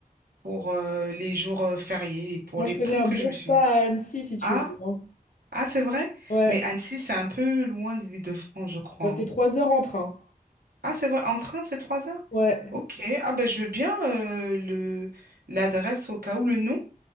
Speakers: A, on the right (about 70°); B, on the left (about 55°).
A: pour euh, les jours euh, fériés et pour
B: Moi,
A: les
B: je connais
A: ponts
B: un
A: que
B: bon
A: je me
B: spa
A: suis mis.
B: à Annecy, si tu
A: Ah,
B: veux. hein.
A: ah, c'est vrai?
B: Ouais.
A: Mais Annecy, c'est un peu loin de l'Île-de-France, je crois.
B: Bah, c'est
A: hein.
B: trois heures en train.
A: Ah, c'est vrai. En train, c'est trois heures?
B: Ouais.
A: Ok. Ah, ben, je veux bien euh, le, l'adresse au cas où, le nom.